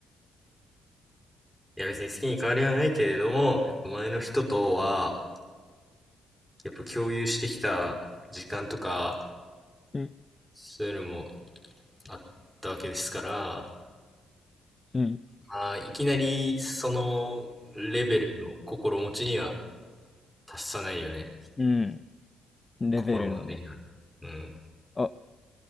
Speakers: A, in the centre; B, on the left.
A: いや別に好きに変わりはないけれども、やっぱ前の人とは、やっぱ共有してきた時間とか、
B: うん、
A: そういうのもあったわけですから、
B: うん。
A: ああ、いきなりそのレベルの心持ちには達さないよね。
B: うん。レベルのね。
A: 心持ちには。うん、
B: あ、